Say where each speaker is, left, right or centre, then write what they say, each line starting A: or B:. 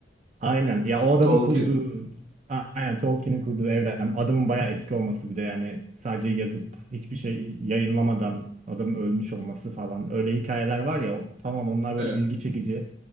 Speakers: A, on the right; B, on the right.
A: Aynen ya o adamın
B: Tolkien.
A: kurduğu a- aynen Tolkien'in kurduğu evren adamın bayağı eski olması bir de yani sadece yazıp hiçbir şey
B: Hı
A: yayınlamadan adamın ölmüş olması falan öyle hikayeler var ya tamam onlar
B: hı.
A: böyle
B: E.
A: ilgi çekici